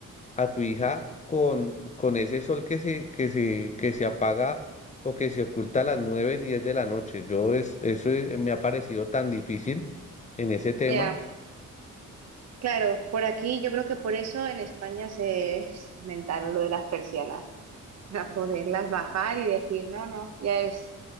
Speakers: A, on the left; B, on the right.
A: a tu hija con, con ese sol que se, que se, que se apaga o que se oculta a las 9 10 de la noche? Yo es, eso eh, me ha parecido tan difícil en ese tema.
B: Ya, claro, por aquí yo creo que por eso en España se se inventaron lo de las persianas, <laughs> para poderlas bajar y decir, no, no, ya es...